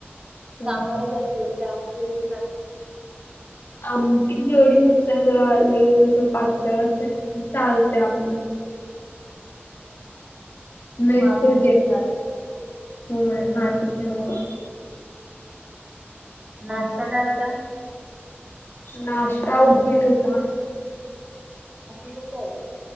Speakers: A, on the left (about 65°); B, on the right (about 25°).
A: अ
B: सांबारच असेल ते आमच्या इथेच आहे.
A: आमटी जेवढी नसते जरा लेस अस पातळ असते तर चालते आपलं.
B: अं,
A: मॅच
B: तू भातच
A: पर
B: किती
A: डे
B: खातेस
A: वय वाटते मला.
B: नाश्ता काय होता?
A: नाश्ता उपीट होता.
B: उपीट होतं.